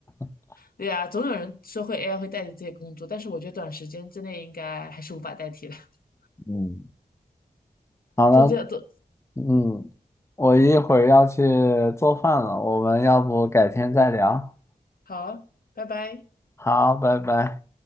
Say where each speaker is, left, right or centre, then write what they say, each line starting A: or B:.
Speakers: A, on the left; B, on the left.
A: <laughs>
B: 对呀，总有人说会 AI 会代替这些工作，但是我觉得短时间之内应该还是无法代替的。<laughs>
A: 嗯，好了，
B: 就这样做，
A: 嗯，我一会儿要去做饭了，我们要不改天再聊？
B: 好，拜拜。
A: 好，拜拜。